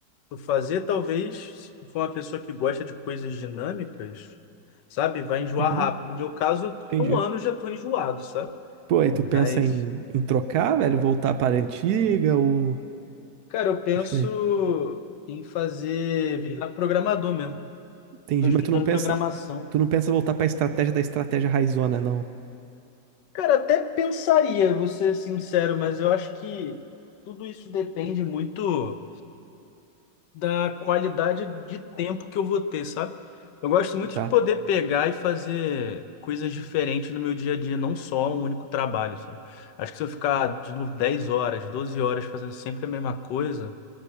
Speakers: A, on the left (about 75°); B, on the right (about 70°).
A: tu fazer, talvez, se for uma pessoa que gosta de coisas dinâmicas, sabe, vai enjoar
B: Uhum,
A: rápido. No meu caso, eu tô-
B: entendi.
A: com um ano eu já tô enjoado, sabe?
B: Pô, aí
A: Mas,
B: tu pensa em, em trocar, velho, voltar para a antiga ou.
A: cara, eu penso
B: Acho que nem.
A: em fazer virar programador mesmo.
B: Entendi,
A: Tô estudando
B: mas tu não pensa,
A: programação.
B: tu não pensa voltar para estratégia da estratégia raizona, não.
A: Cara, até pensaria, vou ser sincero, mas eu acho que tudo isso depende muito. da qualidade de tempo que eu vou ter, sabe? Eu gosto muito
B: Tá.
A: de poder pegar e fazer coisas diferentes no meu dia a dia, não só um único trabalho, sabe? Acho que se eu ficar, de novo, 10 horas, 12 horas fazendo sempre a mesma coisa,